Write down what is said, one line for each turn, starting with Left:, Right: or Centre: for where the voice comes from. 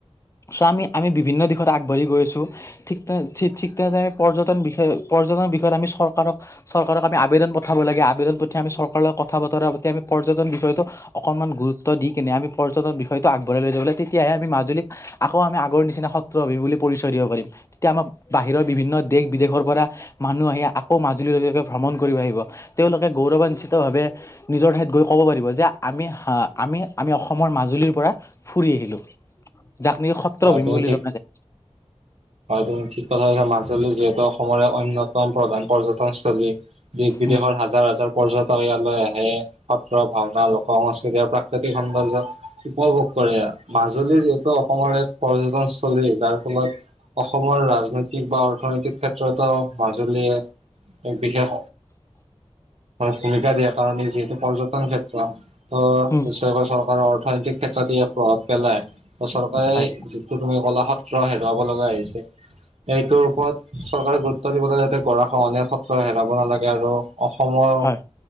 Left: চোৱা আমি আমি বিভিন্ন দিশত আগবাঢ়ি গৈ আছোঁ। ঠিক তেনে ঠিক তেনেদৰে আমি পৰ্যটন বিষয় পৰ্যটনৰ বিষয়ে আমি চৰকাৰক চৰকাৰক আমি আবেদন পঠিয়াব লাগে। আবেদন পঠিয়াই আমি চৰকাৰৰ কথা বতৰা পাতি আমি পৰ্যটন বিষয়টো অকণমান গুৰুত্ব দি কেনে আমি পৰ্যটন বিষয়টো আগবঢ়াই লৈ য লাগে, তেতিয়াহে আমি মাজুলীক আকৌ আমি আগৰ নিচিনা সত্ৰ অবিভূমি বুলি আমি পৰিচয় দিব পাৰিম। তেতিয়া আমাৰ বাহিৰৰ বিভিন্ন দেশ বিদেশৰ পৰা মানুহ আহি আকৌ মাজুলী লৈকে ভ্ৰমণ কৰিব আহিব। তেওঁলোকে গৌৰৱাঞ্চিত ভাৱে নিজৰ ঠাইত গৈ ক'ব পাৰিব। যে আমি, আমি অসমৰ মাজুলীৰ পৰা ফুৰি আহিলো। জাকন নেকি সত্ৰ
Right: হয়
Left: অভিভূমি
Right: তুমি
Left: বুলি
Right: ঠিক
Left: জনা যায়।
Right: হয়, তুমি ঠিক কথা কৈছা মাজুলী যিহেতু অসমৰে অন্য তম প্ৰধান পৰ্যটনস্থলী দেশ বিদেশৰ
Left: উম,
Right: হাজাৰ হাজাৰ পৰ্যটন ইয়াৰলৈ আহে। সএ, ভাওনা, লোক সংস্কৃতি আৰু প্ৰাকৃতিক সৌন্দৰ্যত উপভোগ কৰে। মাজুলী যিহেতু অসমৰ এক পৰ্যটনস্থলী, যাৰ ফলত অসমৰ ৰাজনৈতিক বা অৰ্থনৈতিক ক্ষেত্ৰতো মাজুলীয়ে এক বিশেষ ভূমিকা দিয়া কাৰণে যিহেতু পৰ্যটন ক্ষেত্ৰ ত
Left: উম,
Right: নিশ্চয় চৰকাৰৰ অৰ্থনৈতিক ক্ষেত্ৰত ইয়াক প্ৰভাৱ পেলায়। আৰু চৰকাৰে
Left: হয়,
Right: তুমি ক'লা সত্ৰ হেৰুৱাব লগা হৈছে। এইটোৰ ওপৰত চৰকাৰে গুৰুত্ব দিবলৈ যাতে গাৰাখহনীযা ফলত সএ হেৰুৱাব নালাগে। আৰু অসমৰ
Left: হয়,